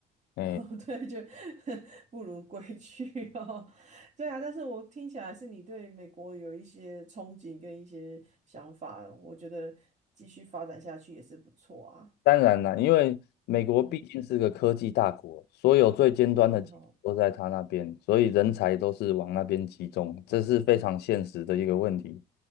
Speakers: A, on the left (about 75°); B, on the right (about 45°).
A: 哎，
B: 哦，<laughs> 对，就 <laughs> 不如归去哦。<laughs> 对啊，但是我听起来是你对美国有一些憧憬跟一些想法，我觉得继续发展下去也是不错啊。
A: 当然了，因为美国毕竟是个科技大国，
B: 嗯，
A: 所有最尖端的技术都在他那边，
B: 对吼，
A: 所以人才都是往那边集中，这是非常现实的一个问题，